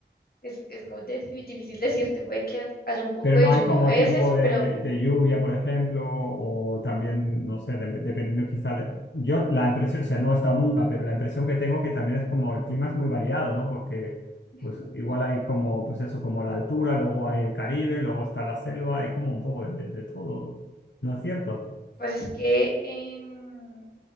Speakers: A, on the left; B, on the left.
A: es, es como de- difícil decirte, puede que ha- haya un poco
B: Pero no
A: de lluvia
B: hay como
A: a veces,
B: tiempo de,
A: pero
B: de lluvia, por ejemplo, o también, no sé, de- dependiendo quizá de... Yo la impresión, o sea, no he estado nunca, pero la impresión que tengo que también es como el clima es muy variado, ¿no? Porque
A: ujú,
B: pues igual hay como, pues eso, como la altura, luego hay el Caribe, luego está la selva, hay como un poco de, de todo, ¿no es cierto?
A: pues es que en,